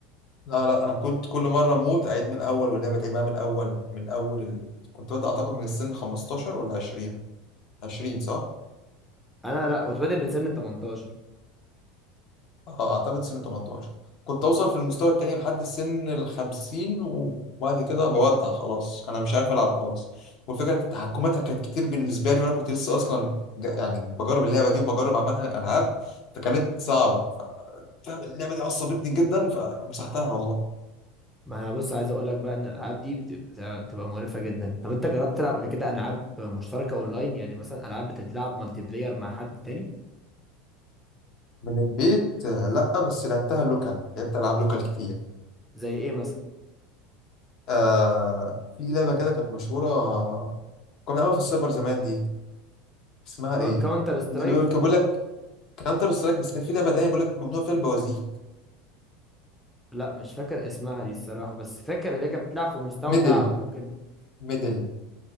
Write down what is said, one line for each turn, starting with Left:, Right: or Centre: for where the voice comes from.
Left: لا لا انا كنت كل مره اموت اعيد من الاول واللعبه تعيد معايا من الاول من اول ال... كنت ببدا اعتقد من السن 15 ولا 20 20 صح
Centre: انا لا كنت بادئ من سن 18
Left: اه اعتقد سن 18 كنت اوصل في المستوى التاني لحد السن ال 50 وبعد كده بودع خلاص انا مش عارف العب خالص والفكره تحكماتها كانت كتير بالنسبه لي وانا كنت لسه اصلا جا- يعني بجرب اللعبه دي وبجرب عامه الالعاب فكانت صعبه فاهم اللعبه دي عصبتني جدا فمسحتها والله
Centre: ما انا بص عايز اقول لك بقى ان الالعاب دي بتبقى بتبقى مقرفه جدا طب انت جربت تلعب قبل كده العاب مشتركه اونلاين يعني مثلا العاب بتتلعب مالتي بلاير مع حد تاني
Left: من البيت آه، لا بس لعبتها لوكال لعبت العاب لوكال كتير
Centre: زي ايه مثلا
Left: آه في لعبه كده كانت مشهوره كنا بنلعبها في السايبر زمان دي اسمها ايه
Centre: كاونتر سترايك
Left: دي اللي بيقول- كان بيقول لك كانتر سترايك بس كان في لعبه تانيه بيقول لك ممنوع فيها البوازيك
Centre: لا مش فاكر اسمها دي الصراحة بس فاكر اللي هي كانت بتلعب في مستودع
Left: ميدل
Centre: وممكن
Left: ميدل